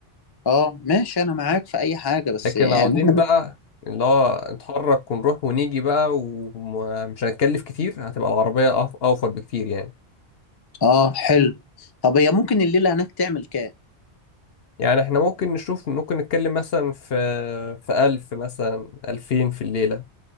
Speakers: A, on the left; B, on the left.
A: أه ماشي أنا معاك في أي حاجة بس
B: لكن
A: يعني
B: لو عاوزين
A: <laughs> إحنا-
B: بقى اللي هو نتحرك ونروح ونيجي بقى ومش هنتكلف كتير هتبقى العربية أف- أوفر بكتير يعني
A: أه حلو طب هي ممكن الليلة هناك تعمل كام؟
B: يعني احنا ممكن نشوف ممكن نتكلم مثلا في في ألف مثلا ألفين في الليلة